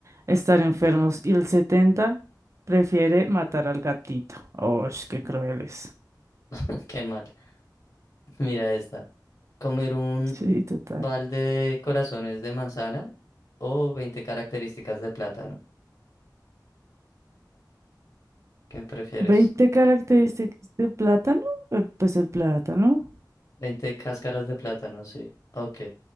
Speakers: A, on the right; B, on the left.
A: estar enfermos y el 70% prefiere matar al gatito. ¡Oh, qué crueles!
B: <laughs> qué mal. <laughs> Mira esta. Comer un
A: Sí, total.
B: balde de corazones de manzana o 20 características de plátano. ¿Qué prefieres?
A: veinte características de plátano. eh, Pues el plátano.
B: Veinte cáscaras de plátano, sí. Ok.